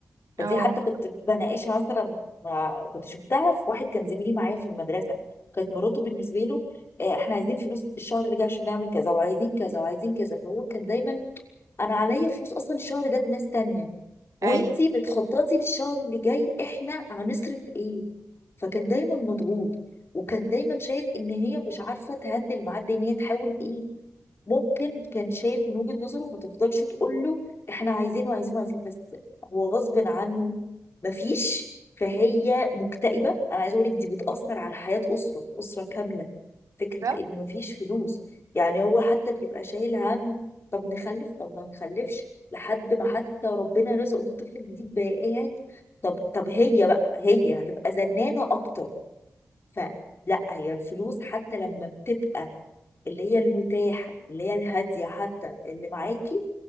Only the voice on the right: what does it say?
اه
أيوة
بالظبط.